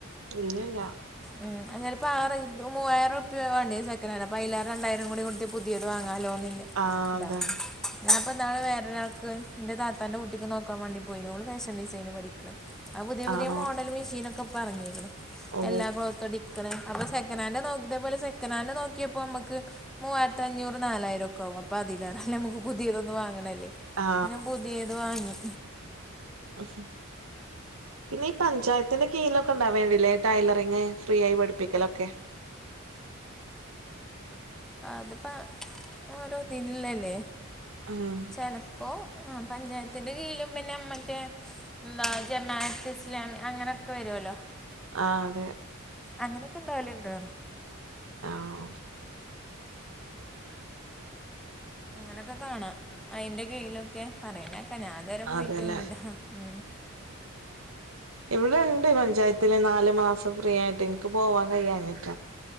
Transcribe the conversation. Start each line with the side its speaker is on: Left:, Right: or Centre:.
Right: ഇല്ലല്ലോ
Centre: ഉം അത്ചെലപ്പോ ആറ് മൂവായിരംറുപ്യ വാണ്ടേ സെക്കനന്റ് അപ്പൊ അയ്‌ലരണ്ടായിരംകൂടികൂട്യ പുതിയത് വാങ്ങാലോന്നില്ല
Right: ആ അതാണ്
Centre: <unintelligible> ഞാൻപ്പോ നാള് വേറെരാൾക്ക് ഇന്റെ താത്താന്റെ കുട്ടിക്ക് നോക്കാവേണ്ടി പോയിനു ഓള് ഫാഷൻഡിസൈൻ പഠിക്ക്ണ. ആ പുതിയപുതിയമോഡൽ
Right: ആണോ
Centre: മിഷീനൊക്കപ്പറങ്ങീക്ക്ണ്
Right: ഓ
Centre: എല്ലാക്ലോത്തടിക്കണഅപ്പൊ സെക്കനാൻഡ്‌ നോക്കിപോലെ സെക്കനാൻഡ്‌ നോക്കിയപ്പോമ്മക്ക് മൂവായിരത്തിഅഞ്ഞൂറ് നാലായിരം ഒക്കെആവും. അപ്പൊ അതിലേറെ നമുക്ക് പുതിയതൊന്ന് വാങ്ങണല്ലേ
Right: ആ
Centre: ഞാൻ പുതിയത്‌വാങ്ങി.
Right: <inaudible> പിന്നെ ഈ പഞ്ചായത്തിന്റെ കീഴിലൊക്കെ ഉണ്ടാവേണ്ടില്ലേ ടൈലറിങ്ഫ്രീആയിപഠിപ്പിക്കലൊക്കെ?
Centre: ആഹ്അതിപ്പ ഓരോദിൽള്ളല്ലേ
Right: ഉം
Centre: ചെലപ്പോ ആ പഞ്ചായത്തിന്റെകിഴിലും പിന്നെമറ്റേ എന്താ ജമാഅത്ത് ഇസ്ലാം അങ്ങനൊക്കെ വരോല്ലോ
Right: ആഹ് അതെ
Centre: അങ്ങനൊക്കെ ഉണ്ടാവലുണ്ടോ?
Right: ആഹ്
Centre: അങ്ങനൊക്കെകാണാ അയിന്റെ കീഴയിലൊക്കെ പറയുണേക്ക ഞാന് ഇതുവരെ പോയിട്ടോന്നില്ല.
Right: അതെല്ലേ
Centre: ഉം
Right: ഇവിടെണ്ട് പഞ്ചായത്തില്നാല്മാസം ഫ്രീആയിട്ട് ൻക്ക് പോവാകയാഞ്ഞിട്ട.